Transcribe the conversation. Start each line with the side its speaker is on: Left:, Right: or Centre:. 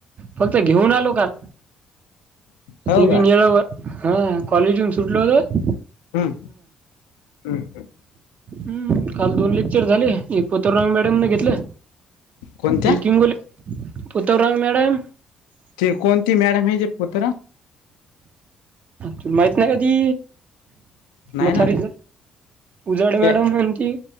Right: फक्त घेऊन आलो काल.
Left: हो
Right: ते बी
Left: का
Right: मिळल बघ, हा कॉलेजून सुटलं होतं.
Left: ह ह ह.
Right: हम् काल दोन लेक्चर झाले एक पथररांग मॅडमने घेतले.
Left: कोणत्या
Right: य किंगोल पतव रांग मॅडम.
Left: ते कोणती मॅडम हे जे पुत्र.
Right: त माहिती नाही कधी
Left: नाही
Right: माथारी.
Left: ना
Right: उजाड
Left: ते
Right: मॅडम आणि